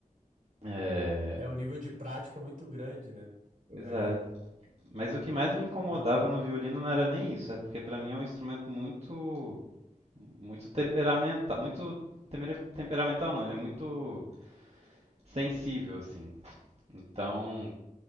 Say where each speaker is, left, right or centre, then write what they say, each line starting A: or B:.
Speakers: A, on the right; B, on the right.
A: É,
B: É um nível de prática muito grande, né?
A: Pois
B: É,
A: é. Mas o que mais me incomodava
B: ma-
A: no violino não era nem isso, é porque pra mim é um instrumento muito muito temperamental, muito temera- temperamental não, ele é muito sensível assim. Então,